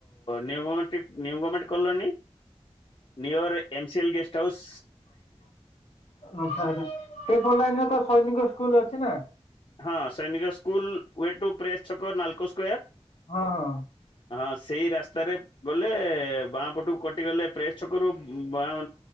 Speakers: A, on the left; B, on the left.
A: ନିଉ ଗମେଣ୍ଟିକ। New government colony near MCL guest house
B: ସେପଟ ଲାଇନ ରେ ତ ସୈନିକ ସ୍କୁଲ ଅଛି ନା
A: ହଁ Sainik school way to press ଛକ ନାଲକୋ ସ୍କୋୟାର
B: ହଁ ହଁ
A: ହଁ ସେଇ ରାସ୍ତାରେ ଗଲେ ବାଁ ପଟୁକୁ କଟି ଗଲେ ପ୍ରେସ୍ ଛକରୁ ବାଁ